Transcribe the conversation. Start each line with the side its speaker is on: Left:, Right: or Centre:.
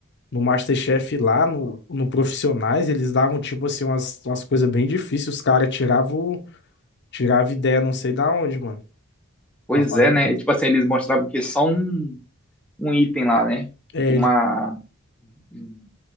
Left: no MasterChef lá, no, no Profissionais, eles davam, tipo assim, umas, umas coisas bem difíceis, os caras tiravam, tiravam ideia não sei da onde, mano,
Centre: Pois
Left: pra fazer.
Centre: é, né?
Left: pra-
Centre: Tipo assim, eles mostravam que só um, um item lá, né?
Left: É,
Centre: Tipo uma
Left: ele,
Centre: um,